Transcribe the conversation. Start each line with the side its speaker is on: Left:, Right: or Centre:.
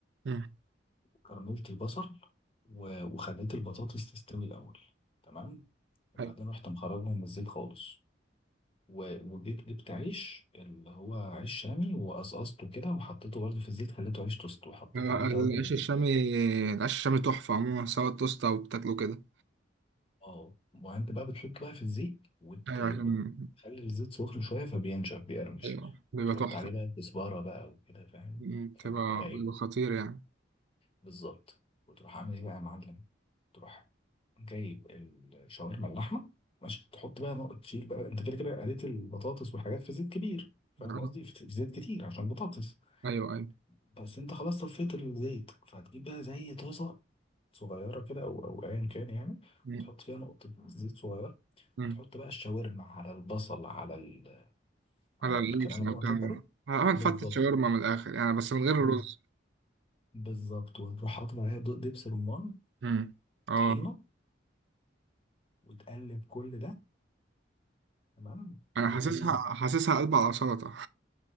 Right: مم.
Left: وكرملت البصل و- وخليت البطاطس تستوي الاول تمام وبعدين
Right: أيوة.
Left: رحت مخرجهم من الزيت خالص و- وجيت جبت عيش اللي هو عيش شامي وقصقصته كده وحطيته برضه في الزيت خليته عيش توست وحطيت
Right: آه،
Left: عليه
Right: العيش
Left: توابل اللي
Right: الشامي
Left: هي ايه
Right: العيش الشامي تحفة عموما سواء توست أو بتاكله كده
Left: اه ما انت بقى بتحط بقى في الزيت وت...
Right: أيوة
Left: وت-
Right: عشان
Left: وتخلي الزيت سخن شويه فبينشف بيقرمش
Right: أيوة بيبقى
Left: وتحط
Right: تحفة
Left: عليه بقى كزبره بقى وكده فاهم
Right: مم، بتبقى
Left: فبيبقى رايق
Right: بيبقى خطير يعني
Left: بالظبط وتروح عامل ايه بقى يا معلم تروح جايب الشاورما اللحمه ماشي تحط بقى نقط تشيل بقى انت كده كده قليت البطاطس والحاجات في زيت كبير فاهم
Right: آه،
Left: قصدي في زيت كتير عشان بطاطس
Right: أيوة أيوة
Left: بس انت خلاص صفيت الزيت فهتجيب بقى زي طاسه صغيره كده او او ايا كان يعني
Right: مم،
Left: تحط فيها نقطه زيت صغيره
Right: مم.
Left: وتحط بقى الشاورما على البصل على ال... على
Right: على العيش
Left: الكلام اللي
Right: أو
Left: انا
Right: كده
Left: قلت لك عليه
Right: أعمل
Left: بالظبط
Right: فتة شاورما من الآخر يعني بس من غير
Left: بز...
Right: الرز
Left: بالظبط وتروح حاطط عليها دو- دبس رمان
Right: مم. اه
Left: وطحينه وتقلب كل ده تمام وايه
Right: أنا حاسسها حاسسها قلب على سلطة